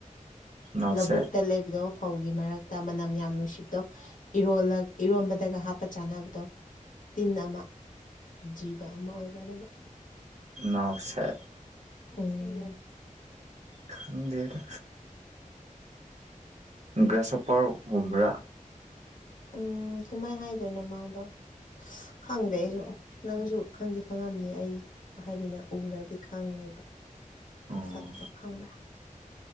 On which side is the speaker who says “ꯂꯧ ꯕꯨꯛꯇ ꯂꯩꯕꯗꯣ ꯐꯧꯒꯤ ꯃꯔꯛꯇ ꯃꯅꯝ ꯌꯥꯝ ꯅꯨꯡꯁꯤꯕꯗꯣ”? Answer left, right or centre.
Left